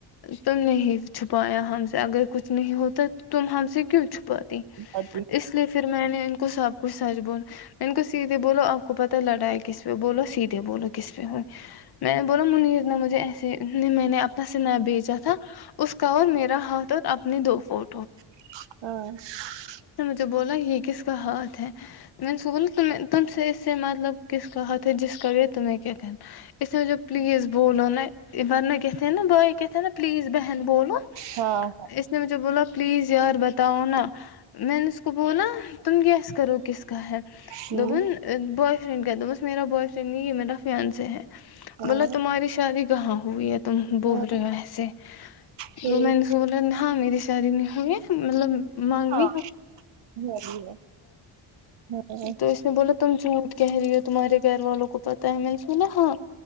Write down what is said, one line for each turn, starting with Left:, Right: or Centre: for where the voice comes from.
Left: تم نے ہی چھپایا اگر کچھ نہیں ہوتا تم ہنسی کیوں چھپاتے ہیں
Right: ہاں
Left: <inaudible> <unintelligible> اس لیے پھر میں نے ان کو سب کچھ سائڈ بولا ان کو سیدھی بولو اپ کو پتہ ہے لڈا ہے کس پہ بولو سی کیا بولو کس پہ ہو میں بولا منیر مجھے ایسے میں نے اپنا سے میں بھیجا تھا اس کا اور میرا ہاتھ اب نہیں دو فور
Right: <inaudible>
Left: تو بولا یہ کس کا ہاتھ منسول تم سے اس سے مطلب کس کا ہاتھ ہے جس کا یہ تمہیں کیا کہ مجھے پلیز بولنا ہے ورنہ کہتے ہیں نا بھائی پلیز بہن بولو
Right: ہاں ہاں
Left: اس نے مجھے بولا پلیز یار بتاؤ نا میں نے اس کو بولا تم گیس کرو کس <inaudible>
Right: ہوں
Left: فرینڈ کر دو بس میرا بوائزن نہیں ہے میرا خیال
Right: ہاں
Left: بولا تمہاری شادی کہاں ہوئی ہے تم بول
Right: ہاں
Left: رہے ہو ایسے
Right: ٹھیک
Left: تو میں رسول اللہ میری ساری نہیں ہوگی مطلب مانگ
Right: ہاں میں بھی ہے ہاں
Left: تو اس میں بولا تم چ چہرے تمہارے گھر والوں کو پتہ ہے میں سنا ہاں